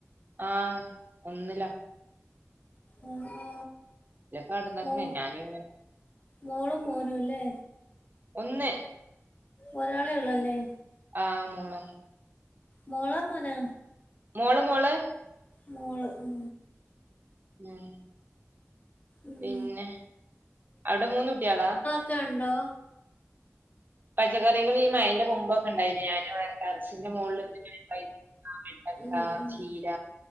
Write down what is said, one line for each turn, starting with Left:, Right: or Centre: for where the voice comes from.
Right: ആഹ് ഒന്നില്ല
Left: ആ ആ
Right: കടന്നക്ക്ണ്
Left: മോ
Right: ഞാന്
Left: മോളും മൂനും അല്ലേ
Right: ഒന്ന്
Left: ഒരാളേ ഉള്ളല്ലേ
Right: ആ മോള
Left: മോള മോനാ
Right: മോള് മോള്
Left: മോള് ഉ
Right: ഉം
Left: ഉം
Right: പിന്നെ അവിടെ മുന്ന് കുട്ടികളാ
Left: ത്തണ്ടോ?
Right: പച്ചക്കറികൾ ഈ മയന്റെ മുമ്പൊക്കെ ഉണ്ടായിരുന്നു ഞാൻ പിന്നെ വെ ടെറസിന്റെ മോൾല് വൈതൻങ്ങ, വെണ്ടക്ക,
Left: ഉം ഉം
Right: ചീര